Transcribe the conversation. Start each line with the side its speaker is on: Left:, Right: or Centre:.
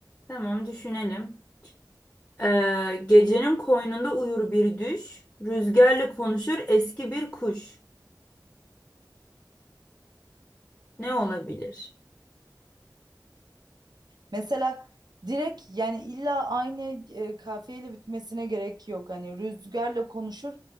Left: <laughs> Tamam düşünelim. Ee, gecenin koynunda uyur bir düş, rüzgarla konuşur eski bir kuş. Ne olabilir?
Right: Mesela direkt yani illa aynı e, kafiyeyle bitmesine gerek yok. Hani rüzgarla konuşur